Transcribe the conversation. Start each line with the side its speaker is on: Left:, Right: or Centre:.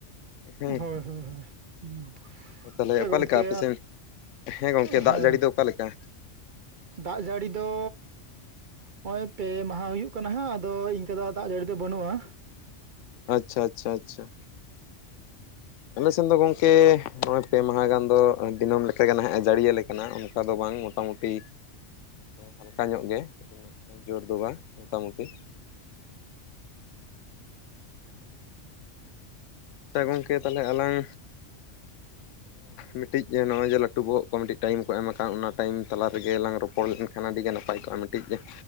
Left: ᱦᱮᱸᱸ
Right: ᱦᱳᱭ ᱦᱳᱭ ᱦᱳᱭ ᱦᱩᱸ᱾
Left: ᱛᱟᱦᱚᱞᱮ
Right: ᱥᱮ
Left: ᱚᱠᱟ
Right: ᱜᱚᱢᱠᱮ
Left: ᱞᱮᱠᱟ ᱟᱯᱮ ᱥᱮᱱ ᱦᱮᱸ ᱜᱚᱝᱠᱮ ᱫᱟᱜ
Right: ᱦᱮᱸ
Left: ᱡᱟᱹᱲᱤ ᱫᱚ ᱚᱠᱟ ᱞᱮᱠᱟ
Right: ᱫᱟᱜ ᱡᱟᱹᱲᱤ ᱫᱚ ᱱᱚᱜᱼᱚᱭ ᱯᱮ ᱢᱟᱦᱟ ᱦᱩᱭᱩᱜ ᱠᱟᱱᱟ ᱦᱟᱸᱜ ᱟᱫᱚ ᱤᱱᱠᱟᱹ ᱫᱚ ᱫᱟᱜ ᱡᱟᱹᱲᱤ ᱫᱚ ᱵᱟᱹᱱᱩᱜᱼᱟ
Left: ᱟᱪᱪᱷᱟ ᱟᱪᱪᱷᱟ ᱟᱪᱪᱷᱟ ᱟᱞᱮ ᱥᱮᱱ ᱫᱚ ᱜᱚᱝᱠᱮ ᱱᱚᱜᱼᱚᱭ ᱯᱮ ᱢᱟᱦᱟ ᱜᱟᱱ ᱫᱚ ᱫᱤᱱᱟᱹᱢ ᱞᱮᱠᱟᱜᱮ ᱱᱟᱦᱜ ᱡᱟᱹᱲᱤᱭᱟᱹᱞᱮ ᱠᱟᱱᱟ ᱚᱱᱠᱟ ᱫᱚ ᱵᱟᱝ ᱢᱳᱴᱟᱢᱩᱴᱤ ᱦᱟᱞᱠᱟ ᱧᱚᱜ ᱜᱮ ᱩᱱᱟᱹᱜ ᱡᱳᱨ ᱫᱚ ᱵᱟᱝ ᱢᱳᱴᱟᱢᱩᱴᱤ <unintelligible> ᱥᱮ ᱜᱚᱝᱠᱮ ᱛᱟᱦᱚᱞᱮ ᱟᱞᱟᱝ ᱢᱤᱫᱴᱤᱡ ᱱᱚᱜᱼᱚᱭ ᱡᱮ ᱞᱟᱹᱴᱩ ᱵᱚᱦᱚᱜ ᱠᱚ ᱢᱤᱫᱴᱤᱡ ᱴᱟᱭᱤᱢ ᱠᱚ ᱮᱢ ᱟᱠᱟᱱ ᱚᱱᱟ ᱴᱟᱭᱤᱢ ᱛᱟᱞᱟ ᱨᱮᱜᱮ ᱞᱟᱝ ᱨᱚᱯᱚᱲ ᱞᱮᱱᱠᱷᱟᱱ ᱟᱹᱰᱤ ᱮ ᱱᱟᱯᱟᱭ ᱠᱚᱜᱼᱟ ᱢᱤᱫᱴᱤᱡ